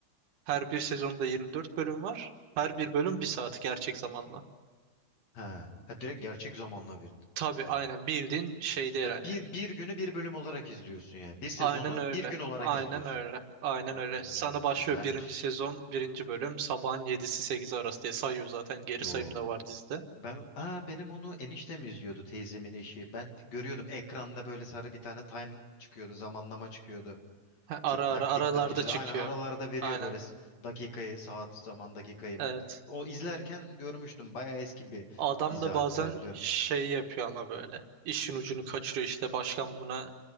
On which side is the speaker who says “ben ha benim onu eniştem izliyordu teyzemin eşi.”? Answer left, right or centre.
Left